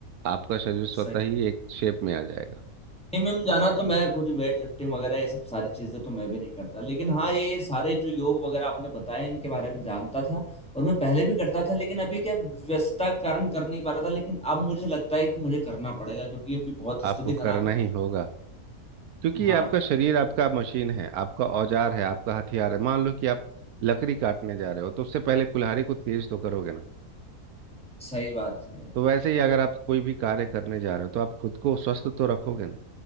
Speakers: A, on the right (about 75°); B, in the centre.
A: आपका शरीर स्वतः
B: सही
A: ही एक शेप में आ जाएगा
B: जिम में जाना तो मैं खुद वेट लिफ्टिंग वगैरह ये सब सारी चीजें तो मैं भी नहीं करता लेकिन हाँ ये सारे जो योग वगैरह आपने बताए इनके बारे में जानता था और मैं पहले भी करता था लेकिन अभी क्या व्यस्तता के कारण कर नहीं पा रहा था लेकिन अब मुझे लगता है कि मुझे करना पड़ेगा क्योंकि अभी बहुत
A: आपको
B: स्थिति
A: करना
B: खराब है
A: ही होगा क्योंकि ये
B: हाँ
A: आपका शरीर आपका मशीन है आपका औजार है आपका हथियार है मान लो कि आप लकड़ी काटने जा रहे हो तो उससे पहले कुल्हाड़ी को तेज तो करोगे ना
B: सही बात है
A: तो वैसे ही अगर आप कोई भी कार्य करने जा रहे हो तो आप खुद को स्वस्थ तो रखोगे ना